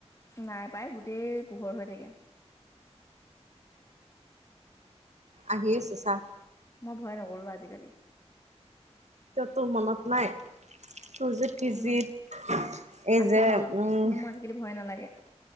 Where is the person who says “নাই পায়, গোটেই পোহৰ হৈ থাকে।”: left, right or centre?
Left